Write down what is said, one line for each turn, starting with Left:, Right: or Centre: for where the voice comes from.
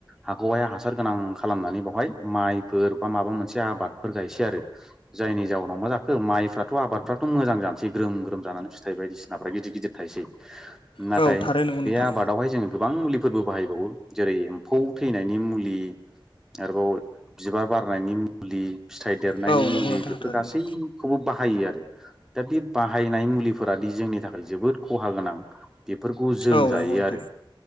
Centre: हाखौहाया हासार गोनां खालामनानै बाव बेहाय माइफोर बा माबा मोनसे आबाद गायसै आरो जायनि जउनाव मा जाखो माइराथ' आबाद बादफ्राथ' मोजां जानोसैर ग्रोम ग्रोम जानानै फिथाइ बायदिसिनाफ्रा गिदिर गिदिर थायोसै नाथाय
Left: औ थारै नंगौ
Centre: बे
Left: नोंथां
Centre: आबादावहाय जों गोबां मुलिफोरबो बाहायबावो जेरै एम्फौ थैनायनि मुलि आरोबाव बिबार बारनायनि मुलि फिथाइ देरनायनि
Left: औ नंगौ
Centre: मुलि
Left: नोंथां
Centre: बेफोर
Left: थारैनो
Centre: गासैखौबो बाहायो आरो । दा बे बाहायनाय मुलिफोरादि जोंनि थाखाय जोबोद खहा गोनां बेफोरखौ जों
Left: औ
Centre: जायो
Left: नंगौ नोंथां
Centre: आरो